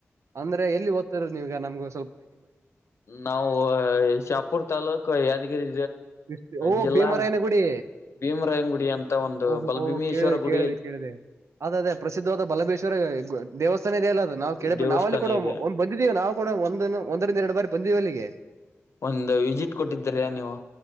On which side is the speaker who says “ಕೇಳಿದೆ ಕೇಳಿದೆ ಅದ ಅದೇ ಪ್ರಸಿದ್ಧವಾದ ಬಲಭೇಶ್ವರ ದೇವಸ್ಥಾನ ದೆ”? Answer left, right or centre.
Right